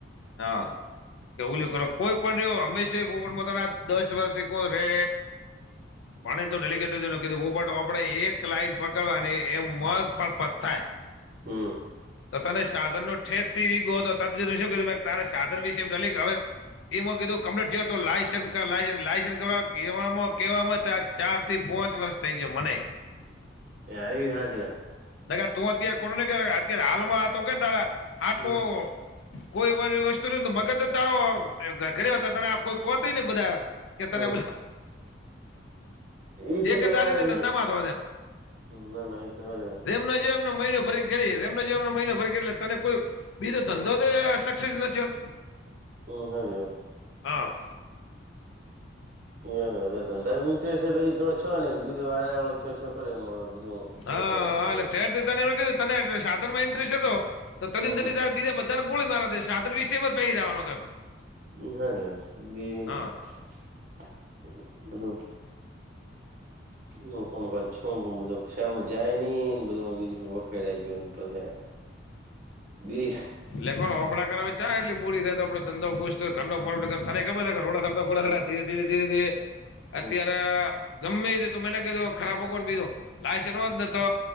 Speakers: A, on the left; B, on the right.
A: હા. કેવું કર કોઈ પણ ર હંમેશા દસ વર્ષથી ભેગો રે પણ તો ડેલકેેટ ન કીધું આપણેે એક લાઈન પકડવાની એમ મફત થાય.
B: હમ.
A: તો તને સાધન નું ઠેઠ થી <unintelligible> શું કીધું મેં. ત સાધન વિશે હવે એ કીધું કપલેટ જ તો લાઈસન્સ લાઈસન્સ કરવા કહેવામાં કહેવામાં આ ચાર થી પોંચ વર્ષ થઇ ગયા મને.
B: <unintelligible>
A: ના તું અત્યારે ખોડું નઈ અત્યારે હાલમાં તો કે તારા આટલું
B: હમ
A: કોઈ એ વસ્તુ ન મગજ તારો ઘરે હતા ત કોઈ કોત નહી બધા <unintelligible> કેતા
B: હમ ઈ શી
A: એતા
B: કરાવે
A: રીતે ધંધામાં
B: હમ
A: જ.
B: ના ના એ તો <unintelligible>
A: એમ જેમને મહિનો ભરી એમને જે એમને મહિનો ભરી એટલે તને કોઈ બીધો ધંધો
B: હમ
A: <inaudible>
B: <unintelligible>
A: હા.
B: <unintelligible>
A: હા
B: છે
A: એટલે દીધા ને એ કીધું તને સાધન ઇન્ટ્રીસ હતો તો તંદ
B: હમ
A: ત્યારે બીજા બધાને ગોળ મારા સાધન વિશેમાં જ પરી જવાનો તેમ.
B: <unintelligible>
A: હા
B: હું કમકત છું પણ બધો ક્ષામાં જાય નહને બધું વખેડા ગયું પછી <unintelligible>
A: એટખો આપડા ચા એટલી મૂડી થાય તો આપડ ધંધો ખુશ થય ઘરનો ફર ખબર રોડા
B: હમ
A: ધીરે ધીરે ધીરે ધીરે
B: હમ
A: અત્યારે ગમમે ત તો મેને કીધ ખરાબ ભગવાન કીધું લાઈસન્સ હોત ને તો